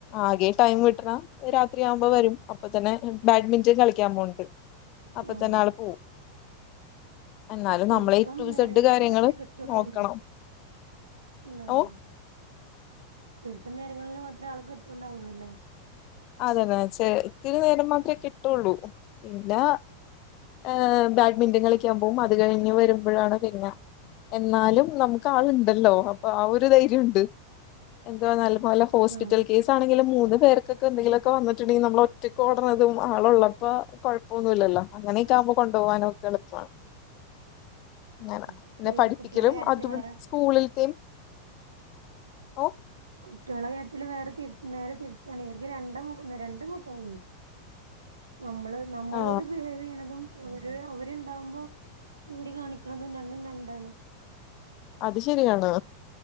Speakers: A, on the left (about 40°); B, on the right (about 70°).
A: ആകെ ടൈം കിട്ടണ രാത്രിയാവുമ്പോ വരും അപ്പൊതന്നെ ബാഡ്മിന്റൺ കളിക്കാൻ പോവ്ണ്ട്. അപ്പൊ
B: ആഹ്
A: തന്നെ ആള് പോവും. എന്നാലും
B: ചുരുക്കം
A: നമ്മളെ എ ടു
B: നേരങ്ങളിൽ
A: സെഡ് കാര്യങ്ങള്
B: മാത്രേ കിട്ടുള്ളൂല്ലേ.
A: നോക്കണം
B: ഉ ആഹ്
A: ഓ
B: ചുരുക്കം നേരങ്ങളിൽ മാത്രേ ആളെ കിട്ടുണ്ടാവുള്ളൂല്ലേ.
A: അതെന്നാച്ച ഇത്തിരി നേരം മാത്രേ കിട്ടുള്ളൂ ഇല്ലാ- ആഹ് ബാഡ്മിന്റൺ കളിക്കാൻ പോകും അത് കഴിഞ്ഞ് വരുമ്പോഴാണ് തിന്ന. എന്നാലും നമുക്ക് ആള്ണ്ടല്ലോ അപ്പൊ ആ ഒരു ധൈര്യണ്ട് എന്താ നല്ല പോലെ. ഹോസ്പിറ്റൽ
B: ആഹ്
A: കേസ്. ആണെങ്കിൽ മൂന്ന് പേർക്കൊക്കെ എന്തെങ്കിലുക്കെ വന്നിട്ടുണ്ടെങ്കിൽ നമ്മൾ ഒറ്റക്ക് ഓടുന്നതും ആള് ഉള്ളപ്പോ കെഴപ്പെന്നുല്ലല്ലോ അങ്ങനൊക്കെ ആകുമ്പോ കൊണ്ടോവാനൊക്കെ എളുപ്പാണ്. അങ്ങന
B: പക്ഷേ
A: എന്നെ പഠിപ്പിക്കലും
B: ഈ കുട്ടികളെ കാര്യത്തില്
A: അത
B: വേറെ
A: സ്കൂളിലത്തെയും ഓ
B: കുട്ടൃളെ കാര്യത്തില് വേറെ തി നേരെ തിരിച്ചാണ് ഇവർക്ക് രണ്ട് മുഖം രണ്ട് മുഖം ഉണ്ട് നമ്മള് നമ്മളോട്
A: ആ
B: ബിഹേവ്യ്യ്ണതും. അവര് അവരുണ്ടാവുമ്പോ ഇവര് കാണിക്കണതും രണ്ടും രണ്ടാണ്.
A: അത് ശരിയാണോ